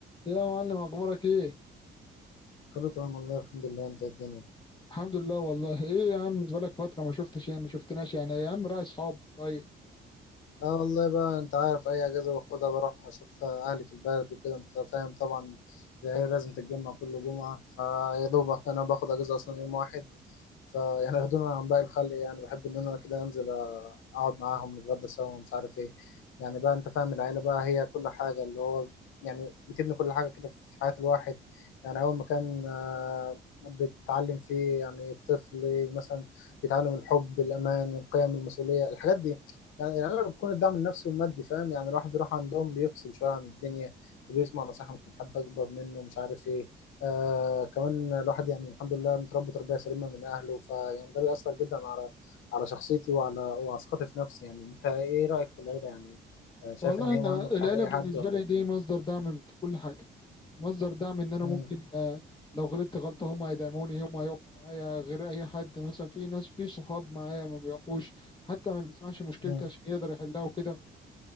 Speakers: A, on the left; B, on the left.
A: يا معلم اخبارك ايه
B: كله تمام والله الحمد لله انت ايه الدنيا
A: الحمد لله والله ايه يا عم بقالك فتره ما شفتش يعني ما شفتناش يعني يا عم راعي اصحابك طيب
B: اه والله بقى انت عارف اي اجازه باخدها بروح اشوف اهلي في البلد وكده انت فاهم طبعا العيله لازم تتجمع كل جمعه فيا دوبك انا باخد اجازه اصلا يوم واحد فيعني ياخدونا عن باقي الخلق يعني بحب ان انا كده انزل اقعد معاهم نتغدى سوا ومش عارف ايه يعني بقى انت فاهم العيله بقى هي كل حاجه اللي هو يعني بتبني كل حاجه كده في حياه الواحد يعني اول مكان آه، بتتعلم فيه يعني الطفل مثلا بيتعلم الحب الامان القيم المسؤوليه الحاجات دي يعني العيله بتكون الدعم النفسي والمادي فاهم يعني الواحد بيروح عندهم بيفصل شويه عن الدنيا بيسمع نصيحه من حد اكبر منه مش عارف ايه آه كمان الواحد يعني الحمد لله متربي تربية سليمة من أهله فيعني ده بيأثر جدا على على شخصيتي وعلى وعلى ثقتي في نفسي يعني أنت إيه رأيك في العيلة يعني آه شايف
A: والله
B: إن هي
A: انا
B: مهمة في
A: العيله
B: حياة أي
A: بالنسبه
B: حد ولا
A: لي
B: إيه؟
A: دي مصدر دعم في كل حاجه مصدر دعم ان انا
B: مم،
A: ممكن آه، لو غلطت غلطه هم هيدعموني هم هيقفوا معايا غير اي حد مثلا في ناس في صحاب معايا ما بيقفوش حتى ما بيسمعش مشكلتي
B: مم،
A: عشان يقدر يحلها وكده